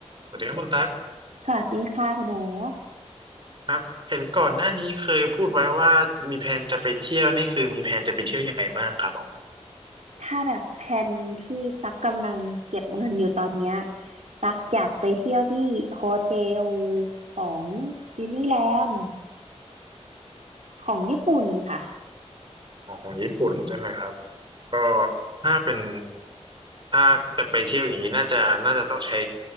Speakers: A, on the right (about 45°); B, on the right (about 80°).
A: สวัสดีครับคุณตั๊ก
B: สวัสดีค่ะคุณโอ๊ค
A: ครับเห็นก่อนหน้านี้เคยพูดไว้ว่ามีแผนจะไปเที่ยวนี่คือมีแผนจะไปเที่ยวยังไงบ้างครับผม
B: ถ้าแบบแผนที่ตักกำลังเก็บเงินอยู่ตอนเนี้ยตักอยากไปเที่ยวที่โฮเทลของดิสนีย์แลนด์ของญี่ปุ่นค่ะ
A: ของของญี่ปุ่นใช่ไหมครับก็ถ้าเป็นถ้าจะไปเที่ยวอย่างนี้น่าจะน่าจะต้องใช้